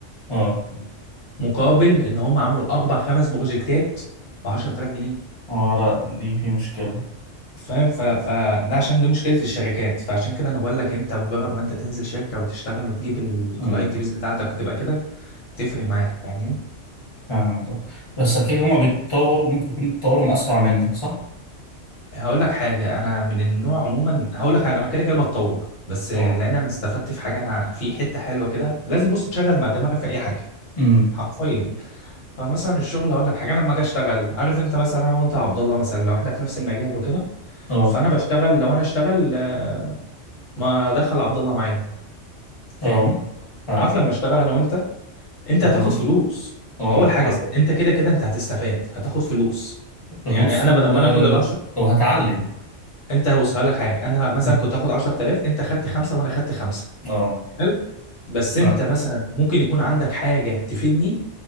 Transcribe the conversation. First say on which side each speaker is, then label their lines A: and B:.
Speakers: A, on the left; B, on the left.
A: اه
B: مقابل ان هم عملوا اربع خمس بروجكتات ب 10000 جنيه
A: اه لا دي في مشكله
B: فاهم ف... فده عشان دي مشكله الشركات فعشان كده انا بقول لك انت مجرد ما انت تنزل شركه وتشتغل وتجيب الكلاينت
A: امم
B: بيس بتاعتك وتبقى كده تفرق معاك فاهمني
A: فاهمك آه. بس اكيد هما بيتطوروا ممكن يكونوا بيتطوروا اسرع منك صح؟
B: هقول لك حاجة أنا من النوع عموما هقول لك حاجة أنا كده كده بتطور بس لأن
A: اه
B: أنا استفدت في حاجة أنا في حتة حلوة كده لازم بص تشغل مع دماغك في أي حاجة
A: امم
B: حرفيا فمثلا الشغل هقول لك حاجة أنا لما أجي أشتغل عارف أنت مثلا أنا وأنت يا عبد الله مثلا لو إحنا في نفس المجال وكده
A: اه
B: فأنا بشتغل لو أنا أشتغل آه، ما أدخل عبد الله معايا فاهمني
A: اه فاهم
B: عارف لما أشتغل أنا وأنت أنت
A: احنا
B: هتاخد فلوس
A: اه
B: أول حاجة
A: فاهم
B: است... أنت كده كده أنت هتستفاد هتاخد فلوس
A: فلوس
B: يعني أنا
A: و...
B: بدل ما أنا آخد ال
A: وهتعلم
B: انت بص هقول لك حاجه انا مثلا
A: <laughs>
B: كنت هاخد 10000 انت خدت خمسه وانا خدت خمسه
A: اه
B: حلو بس انت
A: فاهم
B: مثلا ممكن يكون عندك حاجه تفيدني